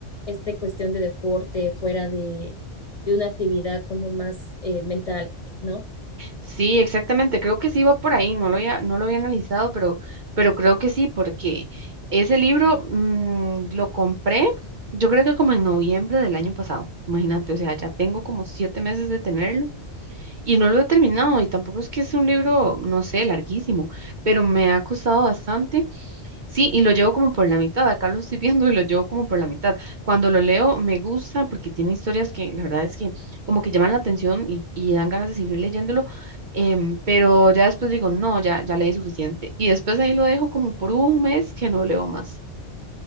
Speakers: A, on the left; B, on the right.
A: esta cuestión de deporte fuera de, de una actividad como más eh, mental, ¿no?
B: Sí, exactamente. Creo que sí va por ahí. No lo había, no lo había analizado, pero, pero creo que sí, porque ese libro mm, lo compré, yo creo que como en noviembre del año pasado. Imagínate, o sea, ya tengo como siete meses de tenerlo y no lo he terminado. Y tampoco es que es un libro, no sé, larguísimo, pero me ha costado bastante. Sí, y lo llevo como por la mitad. Acá lo estoy viendo y lo llevo como por la mitad. Cuando lo leo me gusta porque tiene historias que la verdad es que como que llaman la atención y, y dan ganas de seguir leyéndolo, em, pero ya después digo, no, ya, ya leí suficiente. Y después ahí lo dejo como por un mes que no leo más.